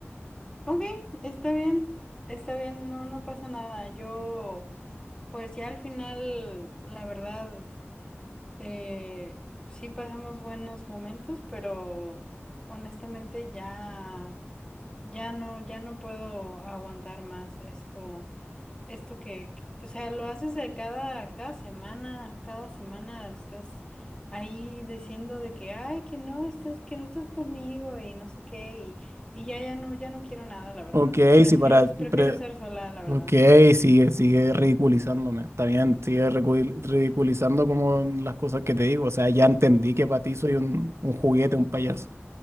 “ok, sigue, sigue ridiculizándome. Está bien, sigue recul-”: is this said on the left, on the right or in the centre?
Right